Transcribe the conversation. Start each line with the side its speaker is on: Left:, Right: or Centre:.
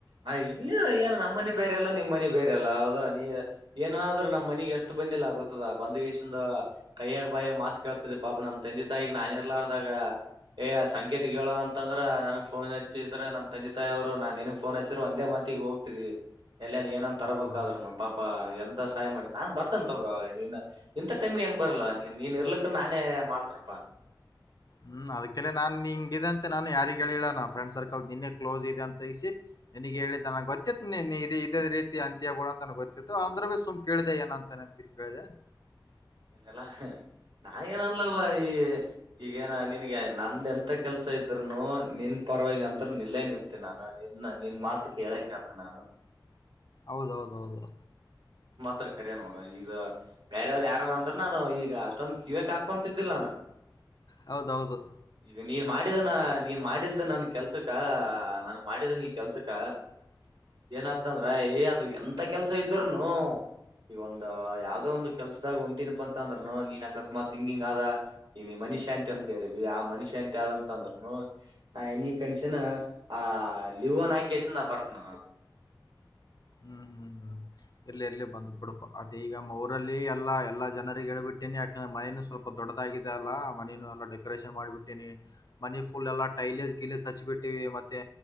Right: ನ ಇಲ್ಲ ಏನು ನಮ್ಮನೆ ಬೇರೆಲ್ಲ ನಿಮ್ಮ್ ಮನಿ ಬೇರೆಲ್ಲ ಹೌದ ನೀ ಏನನಾದ್ರ ನಮ್ಮ ಮನಗ್ ಎಷ್ಟು ಬಂದಿಲ್ಲ ಗೊತ್ತದ ಬಂದ್ಶದ ಕೈಯಾಗ ಬಾಯಾಗ ಮಾತ್ ಕೇಳ್ತಿದ್ ಪಾಪ ನಮ್ ತಂದೆ ತಾಯಿಗೆ ನಾನ ಇರ್ಲಾರ್ದಾಗ ಏ ಸಂಕೇತಗೆಳು ಅಂತಂದ್ರ ನನಗ್ ಫೋನ್ ಹಚ್ಚಿದ್ರ ನಮ್ಮ ತಂದೆ ತಾಯಿ ಅವ್ರು ನಾನ್ ನಿಗ್ ಫೋನ್ ಹಚ್ಚಿದರೆ ಒಂದೇ ಮತಿಗ್ ಹೋಗ್ತಿದೀವಿ ಎಲ್ಲೇ ಏನನ್ ತರಬೇಕಾದ್ರರು
Left: ಹೌದೌದು
Right: ಪಾಪ ಎನ್ ಸಹಾಯ ಮಾಡಿ ನಾನ್ ಬರ್ತೇನೆ ತಗೋ ನೀನ್ ಇಂಥ ಟೈಮ್ಗೆ ಹೆಂಗ್ ಬರಲ್ಲಾ ನೀನ್ ನೀನ್ ಇರ್ಲಕ್ಕ ನಾನೇ ಮಾಡ್ತನಪ್ಪಾ
Left: ಹ್ಮ್ ಅದಕ್ಕೆಲ್ಲ ನಾನ್ ನಿಂಗ ಇದ ಅಂತೆ ನಾನು ಯಾರಿಗ ಹೇಳಿಲ್ಲ ನ ಫ್ರೆಂಡ್ ಸರ್ಕಲ್ ನಿನ್ನೆ ಕ್ಲೋಸ್ ಇದೆ ಅಂತೈಸಿ ನಿನಗೆ ಹೇಳಿದ್ದ ನನಗೆ ಗೊತ್ತಿತ್ತು ನೀನ್ ಇದೇ ರೀತಿ ಅಂತಿಯ ಬುಡು ಅಂತ ನ ಗೊತ್ತಿತ್ತು ಅ್ರ ಭ ಸುಮ್ ಕೇಳಿದೆ ಏನ ಅಂತ ಇಷ್ಟ್ ಬೇಗ
Right: ಇಲ್ಲಲ್ಲ ನಾ ಏನನ್ಲವಾ ಈ ಈಗೇನಾ ನನ್ಗೆ ನಂದ ಎಂತ ಕೆಲ್ಸ ಇದ್ನು ನಿನ್ ಪರವಾಗಿ ಅಂತರು ನಿಲ್ಲೇ ನಿಲ್ತಿ ನಾನು ಇನ್ನ ನಿನ್ ಮಾತು ಕೇಳೆ ಕೇಳ್ತಿನ್ ನಾನು
Left: ಹೌದೌದ ಹೌದೌದು
Right: ತ್ರ ಕರ್ಯ ನೋಡ ಈಗ ಬ್ಯಾರು ಯಾರನ್ನ ಅಂದ್ರ ನಾನು ಈಗ ಅಷ್ಟೊಂದು ಕಿವಕ್ ಹಾಕೊಂತಿದ್ದಿಲ್ಲ ನಾನು
Left: ಹೌದೌದು
Right: ಈಗ ನೀನ್ ಮಾಡಿದನ ನೀನ್ ಮಾಡಿದ ನನ್ ಕೆಲ್ಸಕ್ಕ ನನ್ಗ್ ಮಾಡಿದ ನೀನ್ ಕೆಲ್ಸಕ್ಕ ಏನತಂದ್ರ ಏ ಅದು ಎಂತ ಕೆಲ್ಸ ಇದ್ರನು ಈಗ ಒಂದ ಯಾವ್ದೋ ಒಂದು ಕೆಲ್ಸದಾಗ ಉಂಟ ತಿನುಪಂತ ಅಂತಂದ್ನು ನೀನ್ ಅಕಸ್ಮಾತ್ ಹಿಂಗಿಂಗ್ ಆದ ಈ ನೀ ಮಷಶಾಂತಿ ಅಂತ ಹೇಳಿದಿ ಆ ಮನುಶಾಂತಿ ಆದಂತ ಅಂದ್ರೂನೂ ನಾ ಎನಿ ಕಣಸನ್ ಆ ಲಿವನ್ ಆ ಕಿಸ್ನ ಪಾರ್ಮ
Left: ಹ್ಮ್ ಹ್ಮ್ ಇರ್ಲಿ ಇರ್ಲಿ ಬಂದ್ ಪುಡುಪ ಅದ ಈಗ ಊರಲ್ಲಿ ಎಲ್ಲ ಎಲ್ಲ ಜನರಿಗೆ ಹೇಳ್ಬಿಟ್ಟೇನೆ ಯಾಕಂದ್ರೆ ಮೈನ ಸ್ವಲ್ಪ ದೊಡ್ಡದಾಗಿದೆ ಅಲ್ಲ ಮನಿ ಎಲ್ಲ ಡೆಕೋರೇಷನ್ ಮಾಡಿಬಿಟ್ಟಿನಿ ಮನಿ ಫುಲ್ ಎಲ್ಲ ಟೈಲಸ್ ಗಿಲೈಸ್ ಬಿಟ್ಟಿವಿ ಮತ್ತೆ